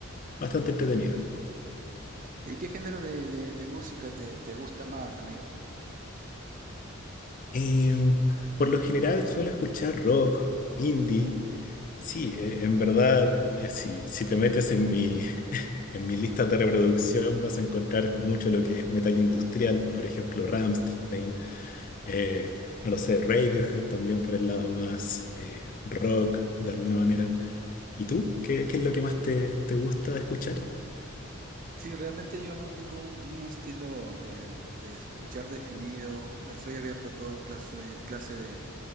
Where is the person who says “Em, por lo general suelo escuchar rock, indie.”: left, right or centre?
Left